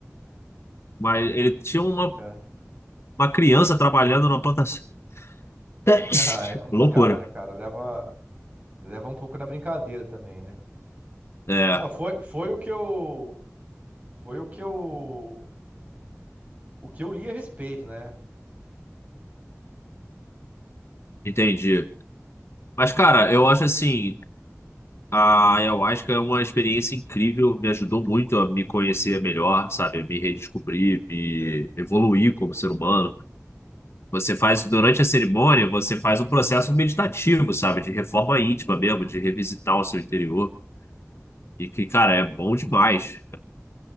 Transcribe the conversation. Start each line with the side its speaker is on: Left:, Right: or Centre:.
Left: Mas ele tinha
Right: Triste,
Left: uma,
Right: hein, cara? <laughs>
Left: uma criança trabalhando na plantação. Gente!
Right: Ah, é complicado,
Left: Loucura.
Right: né, cara? Leva, leva um pouco na brincadeira também, né?
Left: É,
Right: Não, foi, foi o que eu, foi o que eu, o que eu li a respeito, né?
Left: entendi. Mas, cara, eu acho assim, a ayahuasca é uma experiência incrível, me ajudou muito a me conhecer melhor, sabe? Me redescobrir, me evoluir como ser humano. Você faz, durante a cerimônia, você faz um processo meditativo, sabe? De reforma íntima mesmo, de revisitar o seu interior. E que, cara, é bom demais.